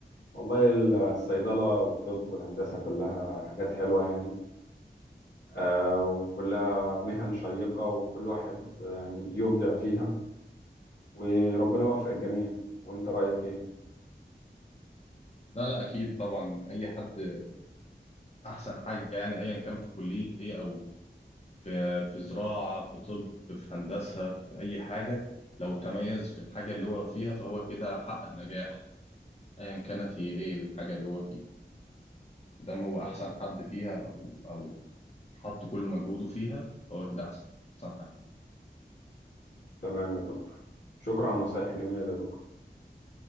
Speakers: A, on the left; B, on the left.
A: والله الصيدلة والطب والهندسة كلها حاجات حلوة يعني آه، وكلها مهن شيقة وكل واحد يعني يبدع فيها وربنا يوفق الجميع وانت رأيك ايه؟
B: لا لا اكيد طبعا اي حد احسن حاجه يعني ايا كان في كليه ايه او في في زراعة في طب في هندسة في أي حاجة لو تميز في الحاجة اللي هو فيها فهو كده حقق نجاح أيا كانت هي إيه الحاجة اللي هو فيها مادام هو أحسن حد فيها أو, أو حط كل مجهوده فيها فهو كده أحسن حاجة
A: تمام يا دكتور شكرا على النصايح الجميلة دي يا دكتور